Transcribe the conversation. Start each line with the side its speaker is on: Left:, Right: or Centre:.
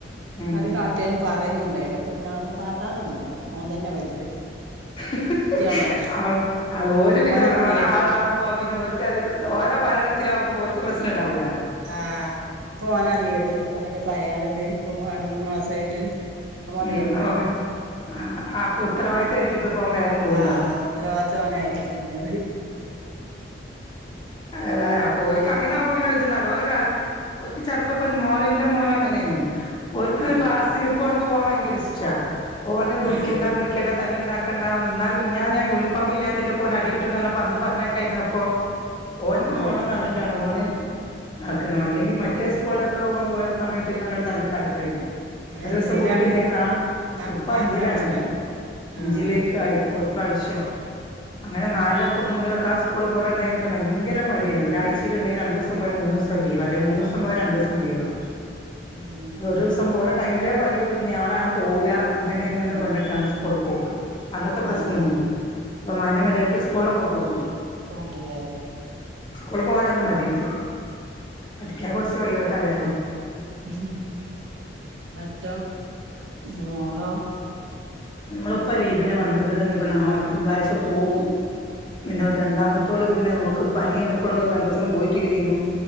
Left: ഉം
Right: ആരും കാട്ടിയാലും പറയുന്നുണ്ടായില്ല അപ്പൊ പിന്നെ ആരും കാട്ടാനൊന്നുമില്ല ഓൻ തന്നെ വലുത്
Left: ഹി
Right: ദ്യാളോൻ
Left: ഹി ഹി ഒരു വില്ലം
Right: ഓനാപ്പൊ
Left: അവിടെ
Right: ലീഡർ
Left: ആളാവുമ്പോ പിന്നെക്ക് ഓര്ക്ക് ഓരോ ഭരണത്തിലാവുമ്പോ പ്രശ്നാണ്ടാവൂല
Right: ആഹ് ഇപ്പ ഓനാലീഡറ് ഓനല് പറയാറ്ണ്ട് ഇപ്പൊ രണ്ട് മൂന്ന് മാസായിട്ട് അവൻ
Left: ഉം
Right: ലീഡറ്
Left: അപ്പൊ ആഹ് അപ്പൊ ഉത്തരവാദിത്തം ഏറ്റെടുത്തപ്പോ അവൻ വേഗം പോവുണ്ടോ
Right: ആ ഉത്തരവാദിത്തമാണ് ഏറ്റ് എടുത്തിരിക്കുന്നത്
Left: അതെ അപ്പൊ ഒര്ക്ക് അങ്ങനെ ആവുമ്പോ പിന്നെ വച്ചണ്ടാവല്ലോ ഓര്ക ഒര്ക്ക് ചെറപ്പ ഇപ്പ എന്റെ മോനും അങ്ങനെയിരുന്നു ഒര്ക്ക്
Right: ആഹ്
Left: ക്ലാസ്സിൽ ഇപ്പോ എനിക്ക് പോവാൻ ഭയങ്കര ഇഷ്ട പോവന് വിളിക്കണ്ട
Right: ആഹ്
Left: പിടിക്കണ്ട തല്ലല്ണ്ടാക്കണ്ട എന്നാലും മിനിഞാന്ന് യൂണിഫോം ഇല്ലാത്തിതിനെ കൊണ്ട് അടി കിട്ടൂന്ന് അന്ന് പറഞ്ഞ യിരുന്നപ്പോ ഓനക്ക്
Right: ആഹ്
Left: പോണംന്ന് പറഞ്ഞിട്ടാണ് ഓന് ആക്കണം അല്ലെങ്കിൽ
Right: ഉം
Left: മറ്റേ സ്കൂളിലൊക്കെ പോകാൻ പോയ സമയത്ത് അവനിവിടെ തല്ലുണ്ടാക്കലേര്ന്ന് ഒരു
Right: എത്രയിലാണ്
Left: ദിവസം പോയിട്ടുണ്ടെങ്കി ന
Right: ന
Left: ഇപ്പ
Right: നാലിലോ
Left: അഞ്ചിലാണ്
Right: അഞ്ചിലോ
Left: അഞ്ചിലേക്ക്
Right: ആഹ്
Left: ആയി ഒര് പ്രാവശ്യം അങ്ങനെ
Right: ആഹ്
Left: നാലൊക്കെ മൂന്നിലൊക്ക സ്കൂൾ പോകണ്ട ടൈമിൽ ഭയങ്കര മടിയാണ് ഒരാഴ്ചയിലുണ്ടെങ്കിൽ രണ്ടു ദിവസം പോയാ മൂന്ന് ദിവസം ലീവാ ലെങ്കി മൂന്ന് ദിവസം പോയ രണ്ടു ദിവസം ലീവാണ്
Right: ഉം
Left: അത് ഒരു ദിവസം പോണ ടൈമിലേ പറയൂ നയാളെ ഞാൻ പോകൂല അങ്ങനെ എങ്ങനെയൊന്ന്
Right: ആഹ്
Left: പറഞ്ഞിട്ടാണ് സ്കൂൾ പോക്ക് അങ്ങനത്തെ പ്രശനമൊന്നുമില്ല
Right: ആഹ്
Left: ഇപ്പോൾ മാന്യമര്യാതക്ക് സ്കൂളൊക്കെ ഒക്കെ പോകുന്നുണ്ട്
Right: പോണ്ടില്ലേ
Left: സ്കൂൾ പോകാനൊന്നും മടിയില്ല പഠിക്കാൻ കുറച്ച് പുറകോട്ടയാലും
Right: ഉ മറ്റ മോളോ
Left: മോളിപ്പ ലീവിന് വന്ന്ക്കണ് ഇനിപ്പോ നാളെ തിങ്കളാഴ്ച പോവും പിന്നെ രണ്ടാമത്തോള പിന്നെ ഓക്ക് പനി അനെ കൊണ്ട് രണ്ടു ദിവസം പോയിട്ടില്ലേനു